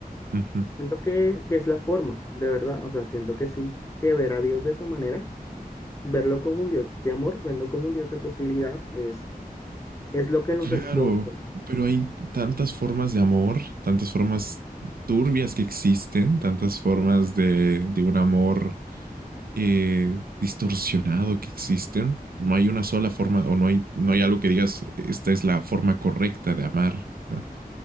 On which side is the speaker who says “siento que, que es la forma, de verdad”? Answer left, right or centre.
Left